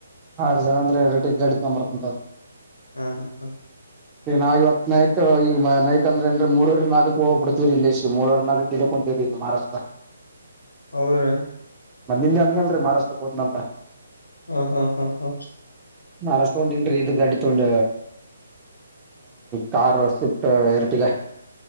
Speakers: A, on the right; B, on the left.
A: ಆರು ಜನ ಅಂದ್ರೆ ಎರಟ ಗಾಡಿ ತೊಗಂಬರ್ತತೋರಿ
B: ಹಾ ಹಾ ಹ
A: ನಾವು ಇವತ್ ನೈಟ್ ಈಗ ನೈಟ್ ಅಂದ್ರೆ ಅಂದ್ರೆ ಮೂರವರಿ ನಾಲ್ಕ ಹೋಗ್ಬ ಬಿಡ್ತೀವರಿ ಇಲ್ಲೇಶ ಮೂರವರ ನಲ್ಕಕ್ ಇಕೊಂತೀವರಿ ಈಗ ಮಹಾರಾಷ್ಟ್ರ
B: ಹೌದ್ರೀ
A: ಮ ನಿನ್ನೆ ಅಂದಲ್ರೀ ಮಾರಾಷ್ಟಕ್ ಹೋದ್ನಂತ
B: ಹ್ಮ್ ಹ್ಮ್ ಹ್ಮ್
A: ನಾರ ತಗೊಂಡನ್ರಿ ಇದು ಗಾಡಿ ತಗೊಂಡ ಕಾರ್ ಸ್ವಿಫ್ಟ ಎರಟಿಗ